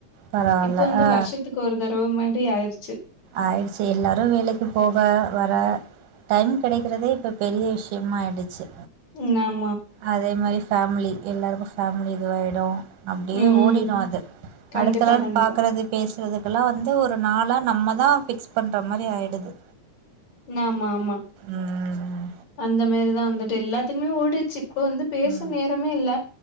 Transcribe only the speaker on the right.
பரவால்ல
ஆ
ஆயிடுச்சு எல்லாரும் வேலைக்கு போக வர டைம் கெடைக்கறதே இப்ப பெரிய விஷ் டிம்மாய்டுச்சி
அதே மாரி ஃபேமிலி எல்லாருக்கு ஃபேமிலி இதுவாயிடு அப்டியே
ஓடிரு அது
அடுத்தலான்
பாக்கறது பேசுறதுக்கெல்லா வந்து ஒ ரு நாளா ந ம்மதா ஃபிக்ஸ் பண்ற மாரி ஆயிடுது
ம்
ம்